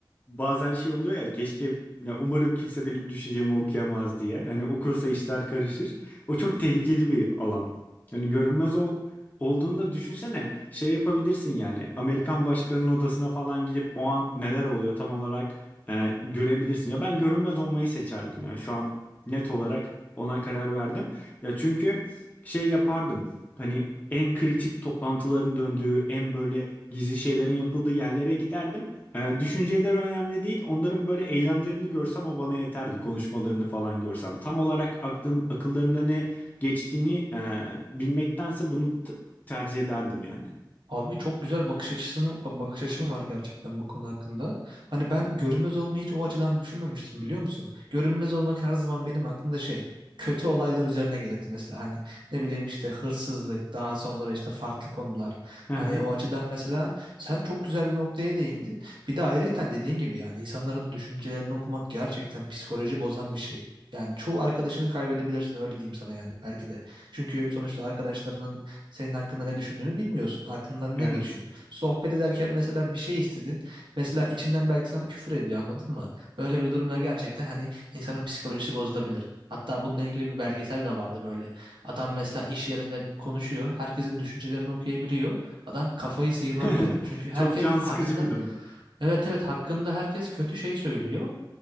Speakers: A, on the left; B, on the right.
A: bazen şey oluyor ya keşke ya umarım kimse benim düşüncemi okuyamaz diye. Hani okursa işler karışır. O çok tehlikeli bir alan. Hani görünmez ol, olduğunda düşünsene şey yapabilirsin yani Amerikan başkanının odasına falan gidip o an neler oluyor tam olarak e, görebilirsin. Ya ben görünmez olmayı seçerdim ya şu an net olarak ona karar verdim. Ya çünkü şey yapardım. Hani en kritik toplantıların döndüğü, en böyle gizli şeylerin yapıldığı yerlere giderdim. Ee, düşünceleri önemli değil. Onların böyle eylemlerini görsem o bana yeterdi. Konuşmalarını falan görsem. Tam olarak aklın, akıllarında ne geçtiğini e, bilmektense bunu t- tercih ederdim yani.
B: Abi çok güzel bakış açısının bakış açım var gerçekten bu konu hakkında. Hani ben görünmez olmayı hiç o açıdan düşünmemiştim biliyor musun? Görünmez olmak her zaman benim aklımda şey kötü olaylar üzerine gelirdi mesela hani ne bileyim işte hırsızlık daha sonra işte farklı konular.
A: Hı hı,
B: Hani o açıdan mesela sen çok güzel bir noktaya değindin. Bir de ayrıyeten dediğin gibi yani insanların düşüncelerini okumak gerçekten psikoloji bozan bir şey. Yani çoğu arkadaşını kaybedebilirsin öyle diyeyim sana yani belki de. Çünkü sonuçta arkadaşlarının senin hakkında ne düşündüğünü bilmiyorsun. Aklından
A: Evet.
B: ne geçiyor? Sohbet ederken mesela bir şey istedin. Mesela içinden belki sana küfür ediyor anladın mı? Böyle bir durumda gerçekten hani insanın psikolojisi bozulabilir. Hatta bununla ilgili bir belgesel de vardı böyle. Adam mesela iş yerinde konuşuyor. Herkesin düşüncelerini okuyabiliyor. Adam kafayı sıyırmak
A: <laughs>
B: üzere. Çünkü herkes
A: Çok can sıkıcı
B: hakkında
A: bir durum.
B: Evet evet hakkında herkes kötü şey söylüyor.